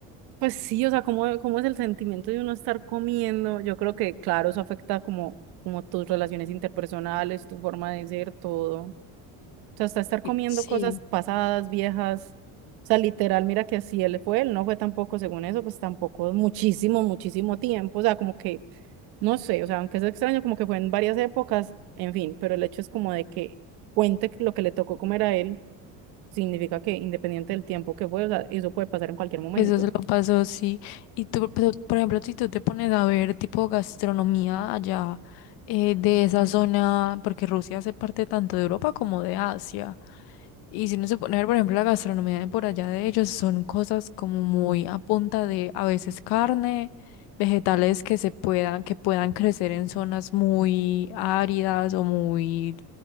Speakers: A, on the right; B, on the left.
A: pues sí, o sea, cómo, cómo es el sentimiento de uno estar comiendo. Yo creo que, claro, eso afecta como, como tus relaciones interpersonales, tu forma de ser, todo. O sea, hasta estar comiendo
B: Y- Sí.
A: cosas pasadas, viejas. O sea, literal, mira que si él fue, él no fue tampoco, según eso, pues tampoco muchísimo, muchísimo tiempo. O sea, como que, no sé, o sea, aunque es extraño, como que fue en varias épocas, en fin, pero el hecho es como de que cuente lo que le tocó comer a él, significa que independiente del tiempo que fue, o sea, eso puede pasar en cualquier momento.
B: Eso se lo pasó, sí. Y tú, pero, por ejemplo, si tú te pones a ver tipo gastronomía allá eh, de esa zona, porque Rusia hace parte tanto de Europa como de Asia. Y si uno se pone a ver, por ejemplo, la gastronomía de por allá de ellos, son cosas como muy a punta de a veces carne, vegetales que se puedan, que puedan crecer en zonas muy áridas o muy